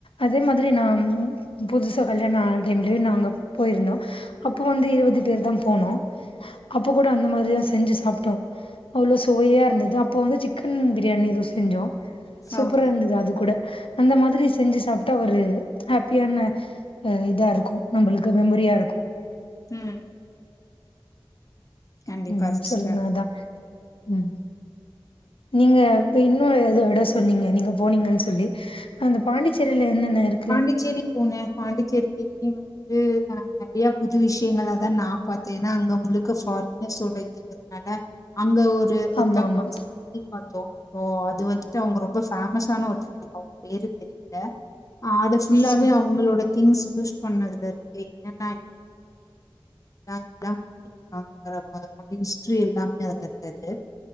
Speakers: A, on the left (about 85°); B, on the left (about 40°).
A: அதே மாதிரி நம் புதுசா கல்யாண ஆனா டைம்லயு நாங்க போயிருந்தோ அப்ப வந்து இருவது பேர்தா போனோ அப்ப கூட அந்த மாரிதா செஞ்சு சாப்ட்டோ அவ்ளோ சுவையா இருந்தது அப்போ வந்து சிக்கன் பிரியாணி ஏதோ செ செஞ்சோ சூப்பரா
B: ஓகே.
A: இருந்தது அது கூட அந்த மாரி செஞ்சு சாப்ட்டா ஒரு ஹப்பியான அ இதா இருக்கு நம்பளுக்கு மெமரியா இருக்கு
B: ம் கண்டிப்பா
A: ம்
B: சிஸ்டர்.
A: சொல்லுங்க அதா ம் நீங்க இன்னு எதோ எடோ சொன்னீங்க நீங்க போனீங்கன் சொல்லி அந்த பாண்டிச்சேரியில என்னென்ன இருக்கு
B: புதுச்சேரி போன பாண்டிச்சேரி தின்டிவான து நா நறைய புது விஷயங்களா தா நா பத்தே ஏனா அங்க முழுக்க ஃபாரினர்ஸோட இது னால அங்க ஒரு ஒருத்தங்களோட
A: ஆமாமா.
B: <inaudible> பாத்தோ சோ அது வந்துட்டு அவுங்க ரொம்ப ஃபேமஸான ஒருத்தவுங்க எனக்கு அவுங்க பேரு தெரில அ அது ஃபுல்லாவே
A: சி
B: அவுங்களோட திங்ஸ் யூஸ் பண்ணதுல இருந்து என்னென்ன என்னா என்ன போட்டு போனாங்கற மொதல் கொண்டு ஹிஸ்ட்ரி எல்லாமே அதுல இருந்தது